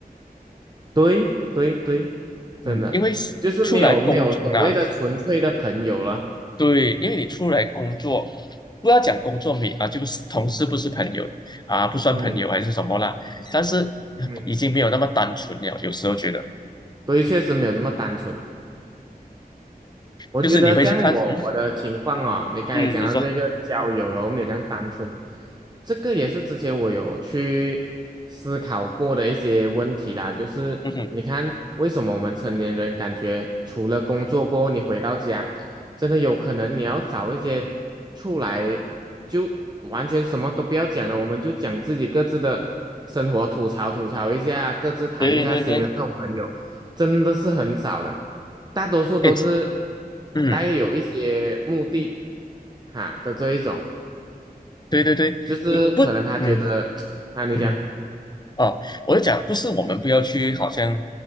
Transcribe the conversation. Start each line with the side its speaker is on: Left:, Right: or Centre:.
Right: 对对对，真的就是没有没有所谓的纯粹的朋友了，
Left: 嗯，因为是出来工作啊，对，因为你出来工作，不要讲工作没啊，就是同事不是朋友啊，不算朋友还是什么啦，
Right: 嗯
Left: 但是
Right: 嗯，
Left: 已经没有那么单纯了。有时候觉得，
Right: 所以确实没有这么单纯。我觉得像我我的情况哦，
Left: 就是你会去看，嗯
Right: 你刚才讲到这个交友了，
Left: 嗯，你说，
Right: 我们有这样单纯，这个也是之前我有去思考过的一些问题啦。就是你看，
Left: 嗯哼，
Right: 为什么我们成年人感觉除了工作过后，你回到家，真的有可能你要找一些出来就完全什么都不要讲了，我们就讲自己各自的生活，吐槽吐槽一下，各自谈一下心的这种朋友。
Left: 对对对，
Right: 真的是很少的，大多数都是
Left: 哎，这嗯，
Right: 带有一些目的哈的这一种，
Left: 对对对，
Right: 就是可能他觉得
Left: 你不，嗯
Right: <tsk> 啊，你讲，
Left: 嗯。哦，我就讲，不是我们不要去，好像